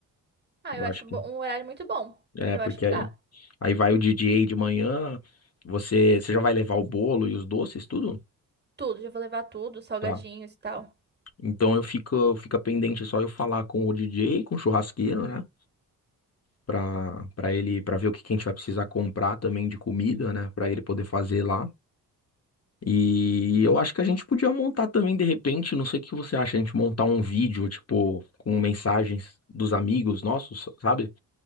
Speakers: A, on the right (about 25°); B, on the left (about 40°).
A: Ah,
B: Eu
A: eu acho
B: acho que
A: bo- um horário muito bom.
B: é,
A: Eu
B: porque
A: acho que
B: aí,
A: dá.
B: aí vai o DJ de manhã, você, você já vai levar o bolo e os doces, tudo?
A: Tudo, já vou levar tudo, salgadinhos
B: Tá.
A: e tal.
B: Então eu fico, fica pendente só eu falar com o DJ, com o churrasqueiro, né? Pra, pra ele, pra ver o que que a gente vai precisar comprar também de comida, né? Pra ele poder fazer lá. E eu acho que a gente podia montar também, de repente, não sei o que você acha, a gente montar um vídeo, tipo, com mensagens dos amigos nossos, sabe?